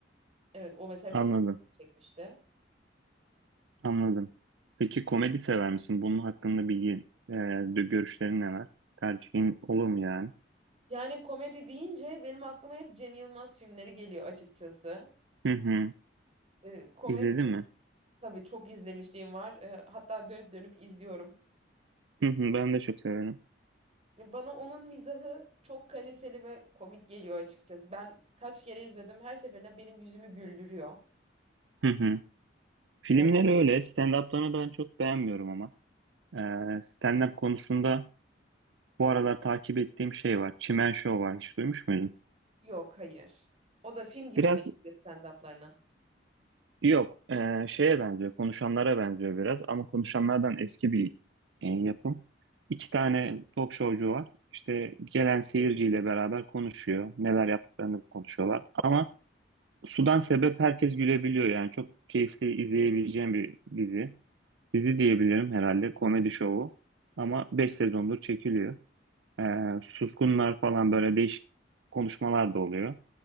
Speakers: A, on the right; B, on the right.
A: Evet, o mesela
B: Anladım.
A: çok dikkat çekmişti.
B: Anladım. Peki komedi sever misin? Bunun hakkında bilgi, e, de- görüşlerin neler? Tercihin olur mu yani?
A: Yani komedi deyince benim aklıma hep Cem Yılmaz filmleri geliyor açıkçası.
B: Hı hı.
A: E, komedi
B: İzledin mi?
A: tabii çok izlemişliğim var. E, hatta dönüp dönüp izliyorum.
B: Hı hı. Ben de çok severim.
A: Ya bana onun mizahı çok kaliteli ve komik geliyor açıkçası. Ben kaç kere izledim, her seferinde benim yüzümü güldürüyor.
B: Hı hı. Filmleri
A: Ya ben
B: öyle. Stand-up'larını ben çok beğenmiyorum ama. E, stand-up konusunda bu aralar takip ettiğim şey var. Çimen Show var. Hiç duymuş muydun?
A: yok, hayır. O da film gibi
B: Biraz
A: mi izliyor stand-up'larını?
B: Yok, e, şeye benziyor, konuşanlara benziyor biraz ama konuşanlardan eski bir e, yapım. İki tane talk showcu var. İşte gelen seyirciyle beraber konuşuyor, neler yaptıklarını konuşuyorlar. Ama sudan sebep herkes gülebiliyor yani çok keyifli izleyebileceğim bir dizi. Dizi diyebilirim herhalde, komedi şovu. Ama 5 sezondur çekiliyor. E, suskunlar falan böyle değişik konuşmalar da oluyor.